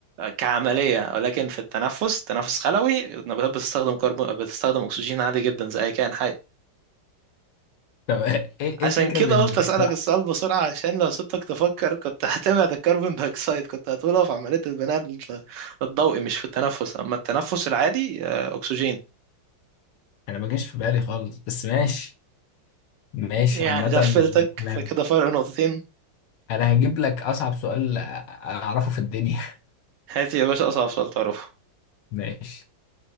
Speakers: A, on the right (about 70°); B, on the left (about 75°).
A: كعملية ولكن في التنفس تنفس خلوي النباتات بتستخدم كربون بتستخدم أكسجين عادي جدا زي أي كائن حي
B: طب ايه إيه
A: عشان
B: الفكرة
A: كده
B: بان
A: قلت أسألك
B: <laughs>
A: السؤال بسرعة عشان لو سبتك تفكر كنت هتبعد الكربون دايوكسيد كنت هتقوله في عملية البناء ال- الضوئي مش في التنفس أما التنفس العادي آه، أكسجين
B: انا ما جاش في بالي خالص بس ماشي ماشي
A: يعني
B: عامة
A: غفلتك
B: أنا
A: فكده فرق نقطتين
B: أنا هجيب لك أصعب سؤال أعرفه في الدنيا
A: هاتي يا باشا أصعب سؤال تعرفه
B: <laughs> ماشي